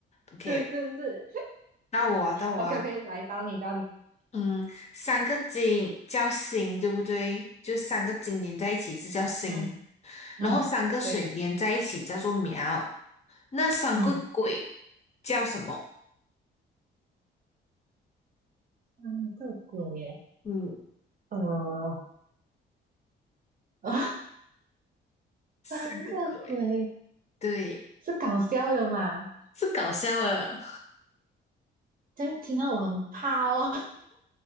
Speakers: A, on the left; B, on the right.
A: OK，
B: 是是是
A: 到我啊，到我啊，
B: ，OK OK，来到你到你，
A: 嗯，三个金叫星，对不对？就三个金连在一起是叫星，
B: 嗯
A: 然后三个水连在一起叫做苗。
B: 嗯，对，
A: 那三个鬼叫什么？
B: 嗯，三个鬼耶，
A: 嗯，
B: 呃啊，<laughs>
A: 三个鬼，
B: 三个鬼
A: 对，
B: 是搞笑的嘛？
A: 是搞笑的。
B: 这样听到我很怕哦，